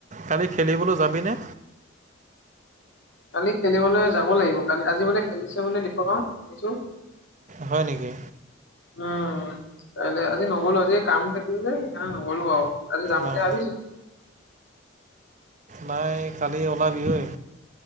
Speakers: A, on the right; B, on the left.
A: কালি খেলিবলৈ যাবিনে?
B: কালি খেলিবলৈ যাব লাগিব কালি আজি মানে খেলিছে মানে <unintelligible> শুনিছোঁ।
A: হয় নেকি।
B: উম, কাইলৈ আজি নগলো আজি কাম থাকিল যে সেইকাৰণে নগলো আৰু আজি যাম
A: নাই
B: বুলি ভাবিছিলো।
A: নাই কালি ওলাবি অই,